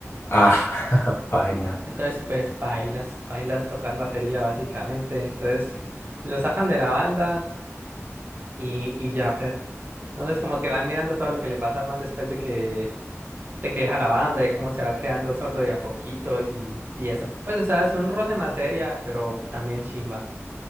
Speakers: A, on the left; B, on the right.
A: Ah, <laughs> baila.
B: Entonces, pues, bailas, bailas tocar batería básicamente. Entonces, lo sacan de la banda y, y ya, per. Entonces, como que van mirando todo lo que le pasa al man después de que, de que deja la banda y cómo se va quedando sordo de a poquitos y, y eso. Pues, o sea, es un roce más seria, pero también chimba.